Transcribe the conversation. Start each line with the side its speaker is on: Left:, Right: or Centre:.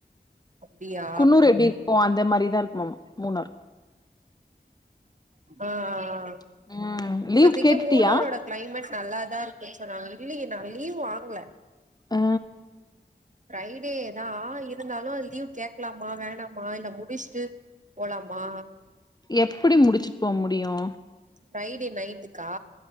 Right: அப்டியா
Left: குன்னூரு எப்டி இருக்கு அந்த மாரிதா இருக்குமா மூணார்
Right: ஆ ஆ ஆ
Left: ம் லீவ்
Right: இப்பத்திக்கு
Left: கேட்டுட்டியா
Right: மூணாரோட கிளைமேட் நல்லாதா இருக்குன்னு சொன்னாங்க இல்ல நா லீவு வாங்கல
Left: ஆ
Right: ஃப்ரைடேதா இருந்தாலு அது லீவ் கேட்கலாமா வேணா மா இல்ல முடிச்சுட்டு போலாமா
Left: எப்டி முடிச்சுட்டு போக முடியு
Right: ஃப்ரைடே நைட்டுக்கா